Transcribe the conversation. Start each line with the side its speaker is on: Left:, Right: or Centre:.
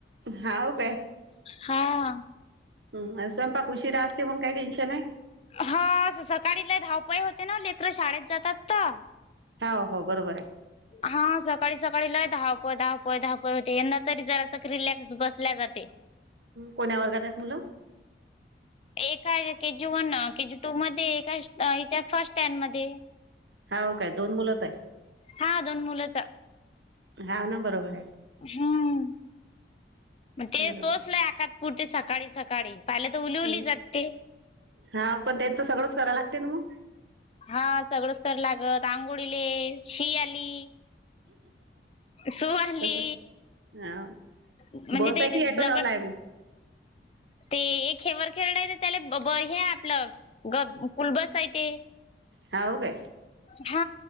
Right: हाव काय
Left: हा आ
Right: हम्म अ स्वयपाक ऊशीरा आस्ती मुग काय टेनशन.
Left: हा सकाळी लई धावपय होते ना लेकर शाळेत जातात तर
Right: हा हो बरोबर आहे.
Left: हा सकाळी सकाळी लई धावपळ धावपळ धावपळ होते यंदा तरी जरा सख रिलॅक्स बसल्या जाते.
Right: कोण्या वर्गात आहे मुलं.
Left: एका केजी वन केजी टू मध्ये एका हच्या फर्स्ट टेन मध्ये
Right: हाव काय दोन मुलंच आहे
Left: हा दोन मुलंच
Right: हा ना बरोबर आहे.
Left: हम्म मग ते
Right: बरोबर.
Left: तोच ला आकात पुरती सकाळी सकाळी पाहिले तर उलीउली
Right: हम्म
Left: जाते
Right: हा पण त्यांचं सगळंच करायला लागते ना मग
Left: हा सगळंच तर लागत आंघोळीले शि आली सु आली.
Right: तसंच. हा
Left: म्हणजे
Right: बस
Left: तैले
Right: आहे की ऍटो
Left: जबर
Right: लावला आहे मग?
Left: ते एक हेेवर खेळडायेत त्याला ब हे आपलं ग क स्कूलबसा य ते.
Right: हाव काय.
Left: हा